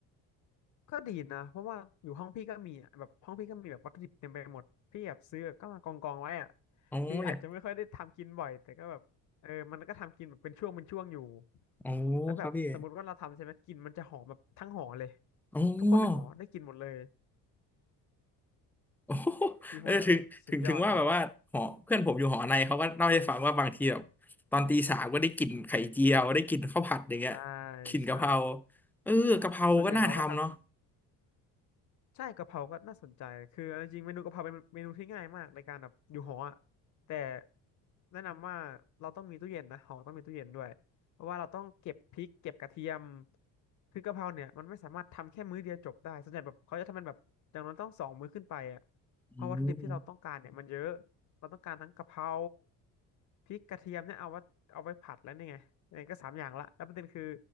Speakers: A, on the left (about 50°); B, in the centre.
A: ก็ดีนะเพราะว่าอยู่ห้องพี่ก็มีอะแบบห้องพี่ก็มีแบบวัตถุดิบเต็มไปหมดพี่แบบซื้อแบบก็มากองกองไว้อะ
B: อ๋ออยาก
A: คืออาจจะไม่ค่อยได้ทำกินบ่อยแต่ก็แบบเออมันก็ทำกินแบบเป็นช่วงเป็นช่วงอยู่
B: อ๋อครับพี่
A: แล้วแบบสมมติว่าเราทำใช่ไหมกลินมันจะหอมแบบทั้งหอเลย
B: อ๋อ
A: ทุกคนในหอได้กินหมดเลย
B: <laughs> โอ้โห
A: พี่พูดแล้วสุดยอดมาก
B: เออถึงถึงถึงว่าแบบว่าหอเพื่อนผมอยู่หอในเขาก็เล่าให้ฟังว่าบางทีแบบตอนตีสามก็ได้กลิ่นไข่เจียวได้กลิ่นข้าวผัดอย่างเงี้ย
A: ใช่
B: กลิ่นกะเพรา
A: ใช่
B: เออกะเพราก็น่าทำเนาะ
A: ส่วนใหญ่เขาก็ทำ ใช่กะเพราก็น่าสนใจ คือเอาจริงๆเมนูกะเพราเป็นเมนูที่ง่ายมากในการแบบอยู่หออะแต่แนะนำว่าเราต้องมีตู้เย็นนะหอต้องมีตู้เย็นด้วยเพราะว่าเราต้องเก็บพริกเก็บกระเทียมคือกะเพราเนี่ยมันไม่สามารถทำแค่มื้อเดียวจบได้ส่วนใหญ่แบบเขาจะทำเป็นแบบอย่างนั้นต้องสองมื้อขึ้นไปอ่ะเพราะวัตถุดิบที่เราต้องการเนี่ยมันเยอะ
B: อืม
A: เราต้องการทั้งกะเพราพริกกระเทียมเนี่ยเอาไว้เอาไว้ผัดแล้วเนี่ยไงยังไงก็สามอย่างละแล้วประเด็นคือ